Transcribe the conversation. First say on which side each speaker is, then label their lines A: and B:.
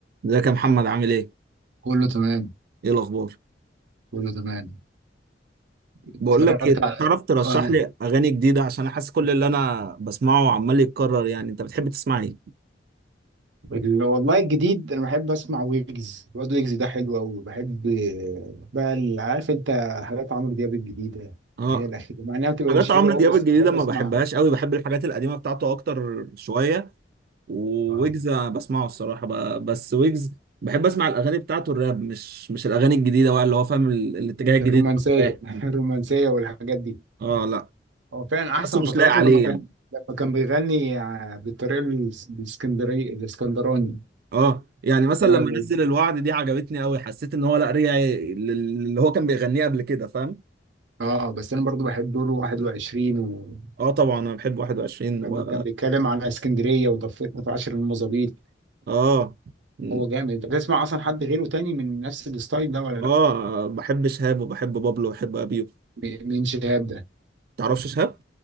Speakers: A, on the right; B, on the right.
A: ازيك يا محمد عامل ايه؟
B: كله تمام
A: ايه الاخبار؟
B: كله تمام اتفرجت
A: بقول لك ايه
B: على
A: تعرف ترشح
B: آه،
A: لي اغاني جديده عشان احس كل اللي انا بسمعه عمال يتكرر يعني انت بتحب تسمع ايه؟
B: وال- والله الجديد انا بحب اسمع ويجز الواد ويجز ده حلو قوي وبحب بقى ال- عارف انت حاجات عمرو دياب الجديده
A: اه
B: اللي هي الاخيره مع انها بتبقى
A: حاجات
B: مش حلوه
A: عمرو
B: قوي
A: دياب
B: بس
A: الجديده
B: بحب
A: ما
B: اسمعها
A: بحبهاش قوي بحب الحاجات القديمه بتاعته اكتر شويه وويجز
B: اه
A: أنا بسمعه الصراحه ب- بس ويجز بحب اسمع الاغاني بتاعته الراب مش مش الاغاني الجديده بقى اللي هو فاهم ال- الاتجاه الجديد
B: الرومانسيه
A: اللي هو رايح منه.
B: <laughs> الرومانسيه والحاجات دي
A: اه لا
B: هو فعلا احسن
A: بس مش
B: فتراته
A: لايق عليه
B: لما كان
A: يعني
B: لما كان بيغني ع- بالطريقه الاس- الاسكندريه الاسكندراني
A: اه يعني مثلا
B: هو
A: لما <laughs> نزل الوعد دي عجبتني قوي حسيت ان هو لا رجع لل- اللي هو كان بيغنيه قبل كده فاهم
B: اه بس انا برضو بحب دوره 21 و
A: اه طبعا انا بحب 21
B: لما
A: و
B: كان بيتكلم على اسكندريه وضفت متعشر المظابيط
A: اه م.
B: هو جامد انت بتسمع اصلا حد غيره تاني من نفس الستايل ده ولا
A: اه
B: لا
A: بحب شهاب وبحب بابلو وبحب ابيو
B: م- مين شهاب ده
A: تعرفش شهاب